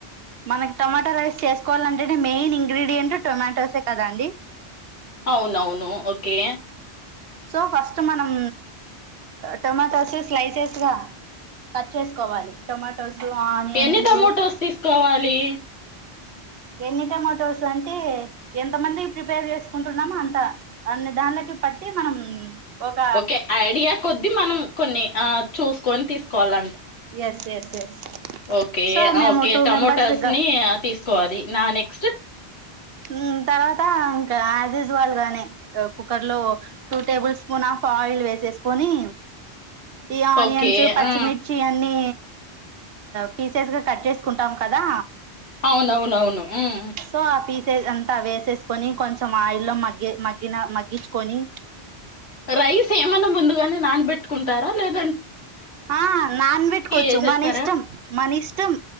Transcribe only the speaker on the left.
అవునవును ఓకే
ఎన్ని టొమోటోస్ తీసుకోవాలి లీ
ఓకే ఐడియా కొద్ద్దీ మనం కొన్ని ఆ చూసుకొని తీసుకోవాల
okay
ఓకే
టమోటాస్
ని తీసు కో అది నా నెక్స్ట్
ఓకే.
ఆ!
అవునవునవును. హ్మ్.
రైస్ ఏమన్నా ముందుగానే నానబెట్టుకుంటారా లేద
ఏసేస్తారా?